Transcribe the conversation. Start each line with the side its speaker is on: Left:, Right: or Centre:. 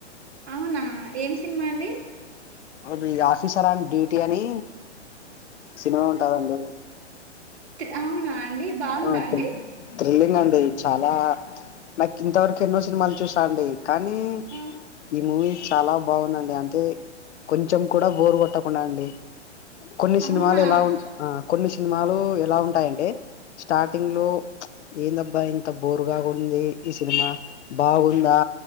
Right: అవునా ఏం సినిమా అండి
Left: అది ఆఫీసర్ ఆన్ డ్యూటీ అని సినిమా ఉంటాదండి
Right: త్ అవునా అండి బావుందా
Left: ఆ
Right: అండి
Left: థ్రి- థ్రిల్లింగ్ అండి చాలా నాకు ఇంత వరకూ ఎన్నో సినిమాలు చూసా అండి కానీ
Right: ఆ,
Left: ఈ మూవీ చాలా బావుందండి అంతే కొంచెం కూడా బోరు కొట్టకుండా అండి కొన్ని సినిమాలు
Right: అవునా
Left: ఎలా ఉన్ కొన్ని సినిమాలు ఎలా ఉంటాయంటే స్టార్టింగ్ లో ఏందబ్బా ఇంత బోరుగా ఉంది ఈ సినిమా బావుందా